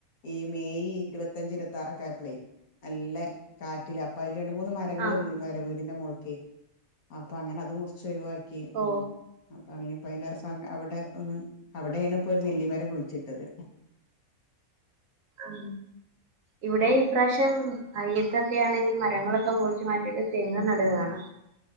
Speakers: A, on the left; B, on the right.
A: ഈ മെയ് ഇരുപത്തഞ്ച് എത്താറക്കെ ആയപ്പഴെ അല്ലെ കാറ്റില അപ്പ ഇ രണ്ട് മൂന്ന് മരങ്ങൾ
B: ആഹ്
A: വീണരെ അതിന്റെ മോൾക്കേ അപ്പൊ അങ്ങനെ അത് മുറിച്ച് ഒഴിവാ ക്കി ഉം
B: ഓ
A: അപ്പൊ അങ്ങനെ അപ്പയിന്റെ ഏഷം അവിടെ ഒന്ന് അവിടെയാണ് ഒരു നെല്ലിമര കുഴിച്ചിട്ടത്
B: ആ ഇവിടെ പ്രാവശ്യം ഐയ്യത്ത് ഒക്കെ ആണെങ്കിൽ മരങ്ങളൊക്കെ മുറിച്ചു മാറ്റിയിട്ട് തെങ്ങ് നടുകാണ്